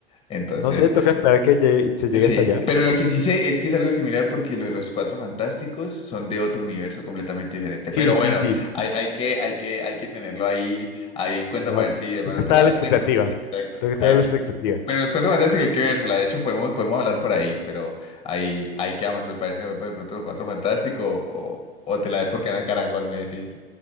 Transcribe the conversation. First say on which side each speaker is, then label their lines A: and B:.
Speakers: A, on the left; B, on the left.
A: Entonces.
B: No sé, toca esperar que llegue- se llegue
A: Sí,
B: hasta allá.
A: pero lo que sí sé es que es algo similar porque lo de los Cuatro Fantásticos son de otro universo completamente diferente. Pero
B: Sí,
A: bueno,
B: sí, sí.
A: hay, hay que, hay que, hay que tenerlo ahí, ahí en cuenta
B: No,
A: para ver si de pronto
B: toca estar
A: te la
B: a la expectativa.
A: ves. Exacto.
B: Toca estar
A: A ver
B: a la
A: si-
B: expectativa.
A: Pero los Cuatro Fantásticos hay que vérsela. De hecho, podemos, podemos hablar por ahí, pero ahí, ahí quedamos. Pues para ver si nos vemos de pronto los Cuatro Fantásticos o, o te la ves por Canal Caracol, me decís.